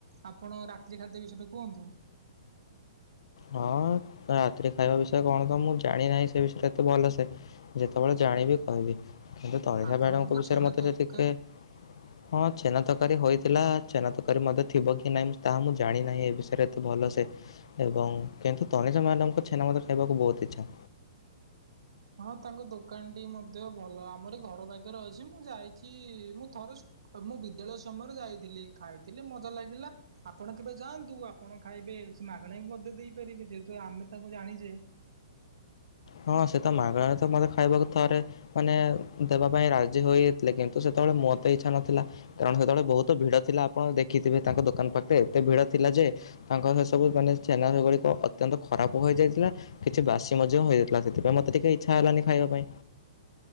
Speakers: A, on the right; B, on the left.
A: ଆପଣ ରାତ୍ରି ଖାଦ୍ୟ ବିଷୟରେ କୁହନ୍ତୁ?
B: ହଁ। ରାତିରେ ଖାଇବା ବିଷୟ କଣ ତ ମୁଁ ଜାଣି ନାହିଁ ସେ ବିଷୟରେ ଏତେ ଭଲ ସେ, ଯେତେବେଳେ ଜାଣିବି କହିବି। କିନ୍ତୁ ତନିଷା
A: ଆପଣଙ୍କର
B: ମ୍ୟାଡମଙ୍କ
A: ତ
B: ବିଷୟରେ
A: ଛେନା
B: ମତେ
A: ତରକା
B: ଯେ ଟିକେ
A: <unintelligible>
B: ହଁ ଛେନା ତରକାରୀ ହୋଇଥିଲା, ଛେନା ତରକାରୀ ମଧ୍ୟ ଥିବ କି ନାଇଁ ତାହା ମୁଁ ଜାଣି ନାହିଁ ଏ ବିଷୟରେ ଏତେ ଭଲ ସେ। ଏବଂ କିନ୍ତୁ ତନିଷା ମ୍ୟାଡାମ ଙ୍କ ଛେନା ମତେ ଖାଇବାକୁ ବହୁତ ଇଛା।
A: ହଁ, ତାଙ୍କ ଦୋକାନ ଟି ମଧ୍ୟ ଭଲ, ଆମରି ଘର ପାଖରେ ଅଛି, ମୁଁ ଯାଇଚି ମୁଁ ଥରେ ମୁଁ ବିଦ୍ୟାଳୟ ସମୟରେ ଯାଇଥିଲି, ଖାଇଥିଲି ମଜା ଲାଗିଲା। ଆପଣ କେବେ ଯାଆନ୍ତୁ, ଆପଣ ଖାଇବେ, ସେ ମାଗଣା ବି ମଧ୍ୟ ଦେଇପାରିବେ, ଯେହେତୁ ଆମେ ତାକୁ ଜାଣିଚେ।
B: ହଁ ସେତ ମାଗଣାରେତ ମତେ ଖାଇବାକୁ ଥରେ ମାନେ ଦେବା ପାଇଁ ରାଜି ହୋଇଯାଇଥିଲେ କିନ୍ତୁ ସେତେବେଳେ ମୋତେ ଇଚ୍ଛା ନଥିଲା କାରଣ ସେତେବେଳେ ବହୁତ୍ ଭିଡ଼ ଥିଲା ଆପଣ ଦେଖିଥିବେ ତାଙ୍କ ଦୋକାନ ପାଖରେ ଏତେ ଭିଡ଼ ଥିଲା ଯେ ତାଙ୍କର ସେ ସବୁ ମାନେ ଛେନା ସେଗୁଡ଼ିକ ଅତ୍ୟନ୍ତ ଖରାପ୍ ହେଯାଇଥିଲା କିଛି ବାସି ମଧ୍ୟ ହୋଯାଇ ଥିଲା ସେଥିପାଇଁ ମତେ ଟିକେ ଇଚ୍ଛା ହେଲାନି ଖାଇବା ପାଇଁ।